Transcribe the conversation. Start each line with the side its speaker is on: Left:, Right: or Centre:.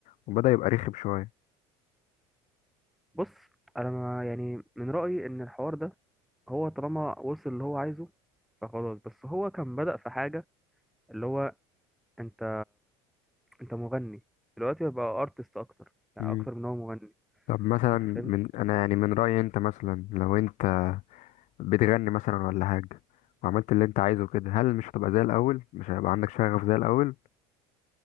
Left: وبدأ يبقى رخم شوية
Centre: بص انا ما يعني من رأيي ان الحوار ده هو طالما وصل اللي هو عايزه فخلاص بس هو كان بدأ في حاجة اللي هو انت انت مغني دلوقتي بقى ارتست اكتر يعني
Left: مم.
Centre: اكتر من هو مغني
Left: طب مثلا
Centre: انت فاهم
Left: من أنا يعني من رأيي أنت مثلا لو أنت بتغني مثلا ولا حاجة وعملت اللي أنت عايزه كده هل مش هتبقى زي الأول مش هيبقى عندك شغف زي الأول